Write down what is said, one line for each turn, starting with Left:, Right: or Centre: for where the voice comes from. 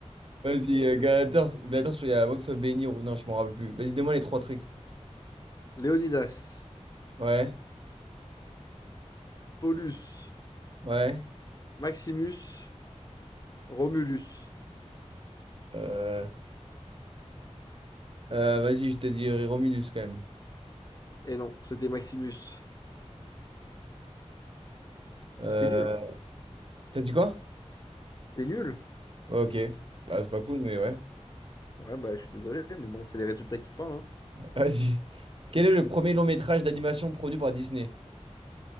Right: Vas-y, euh, Gladiator, Gladiator, je crois y a à moins que ce soit béni ou... Non, je m'en rappelle plus. Vas-y, donne-moi les trois trucs.
Left: Léonidas,
Right: Ouais.
Left: Paulus,
Right: Ouais.
Left: Maximus, Romulus.
Right: Euh, euh, vas-y, je t'ai dit Romulus quand même.
Left: Et non, c'était Maximus.
Right: Euh,
Left: Ah, T'es nul, hein.
Right: t'as dit quoi?
Left: t'es nul.
Right: Ouais, ok. Bah, c'est pas cool, mais ouais.
Left: Ouais, bah je suis désolé, mais bon, c'est les résultats qui parlent. hein.
Right: <laughs> Vas-y. Quel est le premier long métrage d'animation produit par Disney?